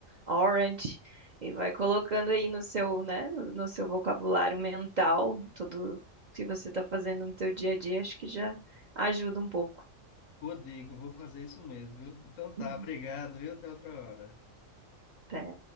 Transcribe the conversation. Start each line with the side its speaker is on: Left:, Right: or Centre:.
Right: Orange e vai colocando aí no seu, né, no seu vocabulário mental, tudo que você está fazendo no seu dia a dia, acho que já ajuda um pouco.
Left: Boa dica, eu vou fazer isso mesmo, viu? Então tá,
Right: Uhum.
Left: obrigado, viu? Até outra hora.
Right: Pera.